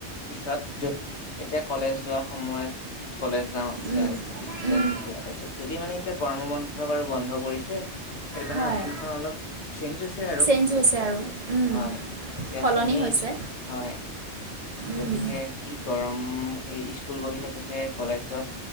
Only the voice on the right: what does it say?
উম
উম
হয়
চেঞ্জ হৈছে আৰু উম
সলনি
হৈছে
উম